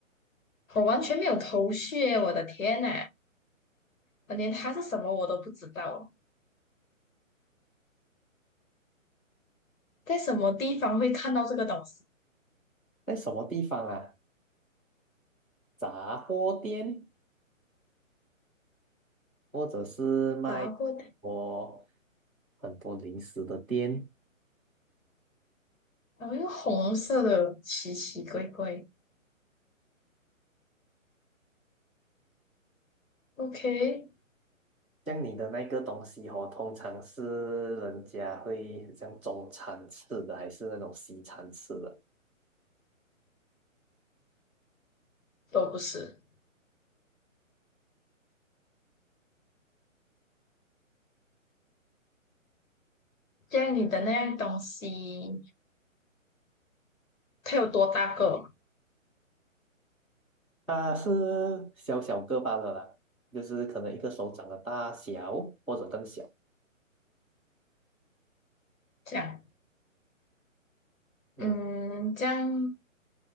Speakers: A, on the left; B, in the centre.
A: 我完全没有头绪耶，我的天呐，我连它是什么我都不知道，在什么地方会看到这个东西？
B: 在什么地方啊？杂货店，或者是卖
A: 炸过的。
B: 我很多零食的店。
A: 然后一个红色的奇奇怪怪，OK，
B: 像你的那个东西哦，通常是人家会很像中餐吃的，还是那种西餐吃的？
A: 都不是。这样你的那样东西，它有多大个？
B: 它是小小个罢了啦，就是可能一个手掌的大小，或者更小。
A: 这样，
B: 嗯，
A: 嗯，这样，